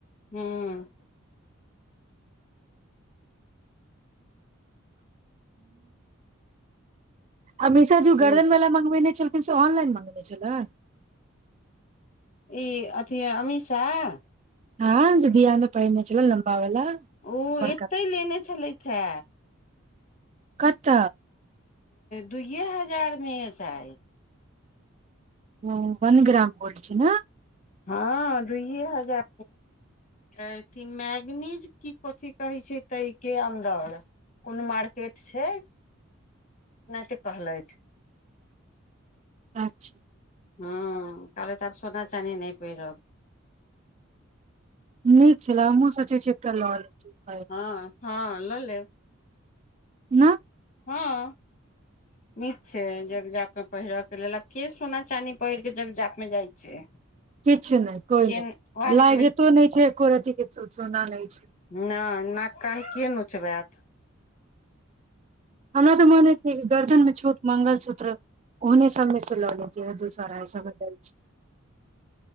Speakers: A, on the left; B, on the right.
A: हूँ
B: हमेशा जो
A: हूँ
B: गर्दन वला मंगबेने चल कनस अऑनलाइन बनने छै ल
A: ई अथी च <unintelligible>
B: हँ ज बियाह मे पहिरने छलौ लम्बा वाला
A: ओ
B: बड़का
A: एतहि लेने छलथि हे
B: कत
A: दुइए हजारमे अ सायद
B: ह वन ग्राम गोल्ड छी न
A: हँ दुइए हजार अथी मैगनीज की कथि कहै छै ताहिके अन्दर कोन मार्केट छै अनायते कहलथि
B: अच्छा
A: हू के तऽ आब सोना चानी नहि पहिरब
B: नीक छलाह हमहुँ सोचै छलौ एकटा लऽ लैतों
A: हँ हँ लऽ लेब
B: नहि
A: हँ नीक छै जगजाप मे पहिरब लेलब के सोना चानी पहिर के जग जाप में जाइ छै
B: किछु नहि कोइ
A: के
B: नहि
A: वएह
B: लागितो
A: ने कहले
B: नहि छै एको अथे सोना नहि छै
A: नहि नाक कान के नोचबेत
B: हमरा तऽ मन हय छै गर्दन मे छोट मंगलसूत्र ओने सबमे से ल ल इशारा सब बदल छै